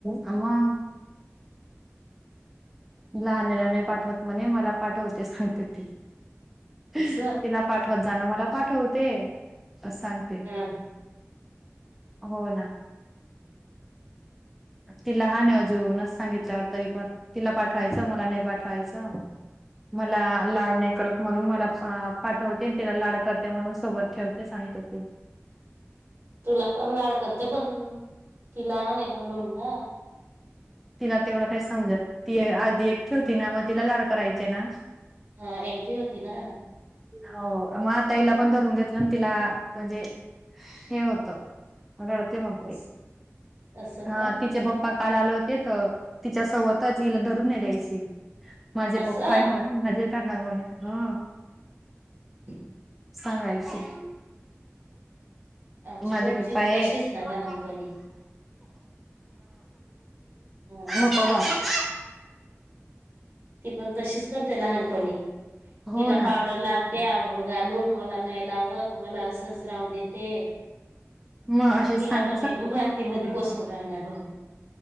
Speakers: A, in the centre; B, on the right (about 55°).
A: हा मग. लहानला नाही पाठवत म्हणे, मला पाठवते सांगते ती. तिला
B: असं
A: पाठवत जाणा. मला पाठवते असं सांगते.
B: ह
A: हो ना.
B: <inaudible>
A: ति लहान आहे अजून असं सांगितल्यावर. तरी पण तिला पाठवायचं मला नाही पाठवायचं. मला लाड नाही करत. म्हणून, मला पाठवते तिला लाड करते. म्हणून सोबत ठेवतेस आणि त्यातील
B: तुला पण लाड करते. पण ती लहान आहे म्हणून ना.
A: तिला तेवढं काय समज. ती आधी एक ठेवती ना मग तिला लाड करायचे ना.
B: हा एकटी होती ना.
A: हो, मग आता हीला पण धरून घेतलं ना. तिला, म्हणजे हे होत. रडते मग
B: अस
A: ती.
B: असं
A: हा
B: का
A: तिचे पप्पा काल आले हो त. तिच्या सोबतच हिला धरून नाही द्यायची. माझे
B: असं
A: पप्पा आहे म्हणून माझे धरणार म्हणे हा.
B: <unintelligible>
A: सांगायची.
B: आमची
A: माझे
B: पण
A: पप्पा
B: चिऊ तशीच
A: ए
B: ना लहानपणी
A: ह.
B: ह
A: नको गं.
B: ती पण तशीच करते लहानपणी.
A: हो
B: हिला
A: ना
B: पावडर लावते आंघोळ घालून. मला नाही लावत. मला असंच राहू देते.
A: मग अशी
B: हिला
A: सांग
B: तर मी मातीमध्ये बसून राहणार म्हणून,